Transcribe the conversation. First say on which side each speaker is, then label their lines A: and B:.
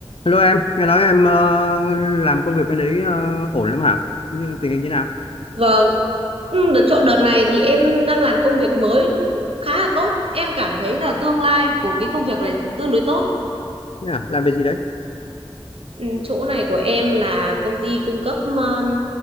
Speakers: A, on the left (about 70°); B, on the right (about 70°).
A: Hello em, nghe nói em ờ, làm công việc bên đấy ờ, ổn lắm hả? Như tình hình như nào?
B: Vâng. Ừ, đợt chỗ đợt này thì em đang làm công việc mới cũng khá là tốt. Em cảm thấy là tương lai của cái công việc này tương đối tốt.
A: Thế à? Làm việc gì đấy?
B: Ừ, chỗ này của em là công ty cung cấp um,